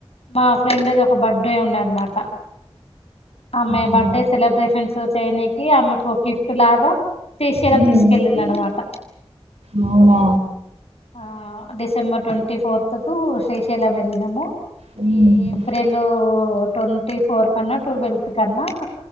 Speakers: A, on the left; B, on the right.
A: మా ఫ్రెండ్ది ఒక బర్త్డే ఉండే అనమాట. ఆమె
B: అవునా
A: బర్త్డే సెలబ్రేషన్స్. చెయ్యనికి ఆమెకు ఒక గిఫ్ట్ లాగా. శ్రీ శైలం
B: హ్మ్
A: తీసుకెళ్ళింది అన్నమాట.
B: అవునా
A: ఆహ్ డిసెంబర్ ట్వంటీ ఫోర్త్ కు శ్రీశైలం వెళ్ళినాము.
B: హ్మ్
A: ఈ ఏప్రిల్ లు ట్వంటీ ఫోర్ కన్నా టువెల్త్ కన్నా